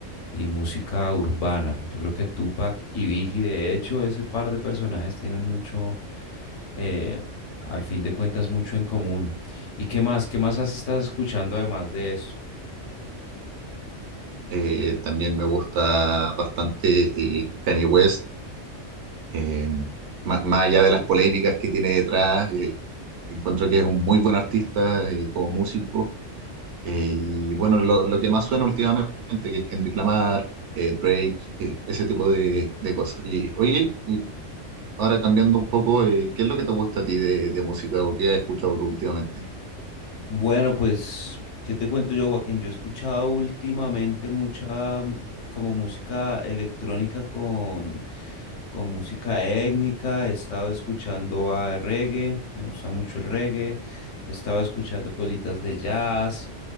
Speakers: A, on the left; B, on the right.
A: y música urbana. Yo creo que Tupac y Biggie, de hecho, ese par de personajes tienen mucho, eh, al fin de cuentas, mucho en común. ¿Y qué más? ¿Qué más has estado escuchando además de eso?
B: Eh, también me gusta bastante eh, Kanye West, Eh, má- más, allá de las polémicas que tiene detrás, eh, encuentro que es un muy buen artista eh, como músico. Eh, y bueno, lo, lo que más suena últimamente, que es Kendrick Lamar, eh, Drake, eh, ese tipo de, de cosas. Y oye, y ahora cambiando un poco, eh, ¿qué es lo que te gusta a ti de, de música o qué has escuchado tú últimamente?
A: Bueno, pues, ¿qué te cuento yo, Joaquín? Yo he escuchado últimamente mucha mm, como música electrónica con, con música étnica, he estado escuchando a reggae, me gusta mucho el reggae, he estado escuchando cositas de jazz,